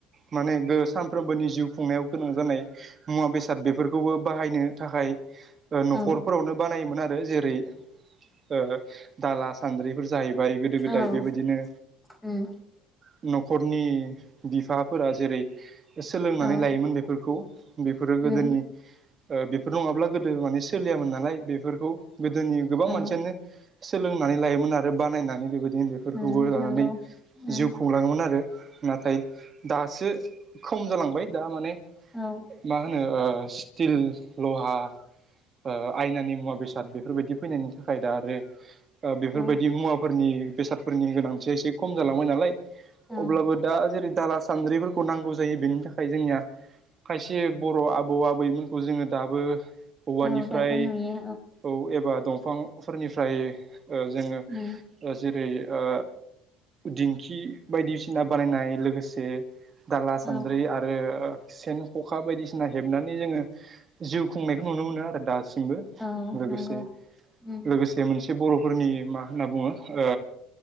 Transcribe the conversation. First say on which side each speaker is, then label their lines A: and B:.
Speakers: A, on the right; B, in the centre.
A: माने सानफ्रोमबोनि जिउ खुंनायाव गोनां जानाय मुवा बे साद बेफोरखौबो बाहायनो थाखाय न'खरफोरावनो
B: औ
A: बानायोमोन आरो जेरै ओ दाला-सान्द्रिफोर जाहै बाय गोदो गोदाय
B: औ
A: बेबायदिनो
B: उम
A: ओ न'खरनि बिफाफोरा जेरै सोलोंनानै
B: औ
A: लायोमोन बेफोरखौ बेफोरो
B: उम
A: गोदोनि ओ बेफोर नङाब्ला गोदो माने सोलियामोन नालाय बेफोरखौ गोदोनि गोबां
B: औ
A: मानसियानो सोलोंनानै लायोमोन आरो बानायनानै बेबायदिनो बेफोरखौबो
B: उम
A: लानानै
B: नंगौ उम
A: जिउ खुंलाङोमोन आरो। नाथाय दासो खम जालांबाय दा माने
B: औ
A: मा ओ स्टिल लहा ओ आयनानि मुवा बेसाद बेफोरबायदि फैनायनि थाखाय दा आरो ओ बेफोरबायदि
B: औ
A: मुवाफोरनि बेसादफोरनि गोनांथिया एसे खम जालांबाय नालाय
B: औ
A: अब्लाबो दा जेरै दाला सान्द्रिफोरखौ नांगौ जायो बेनि थाखाय जोंनिया खायसे बर' आबौ आबैमोनखौ जोङो दाबो औवानिफ्राय
B: औ दाबो नुयो
A: औ एबार दंफांफोरनिफ्राय ओ जोङो
B: उम
A: ओेरै ओ दिंखि बायदिसिना बानायनाय लोगोसे दाला
B: औ
A: सान्द्रि आरो सेन ख'खा बायदिसिना हेबनानै जोङो जिउ खुंनायखौ नुनो मोनो आरो दा सिमबो
B: औ
A: लोगोसे
B: नंगौ उम
A: लोगोसे मोनसे बर'फोरनि मा होनना बुङो ओ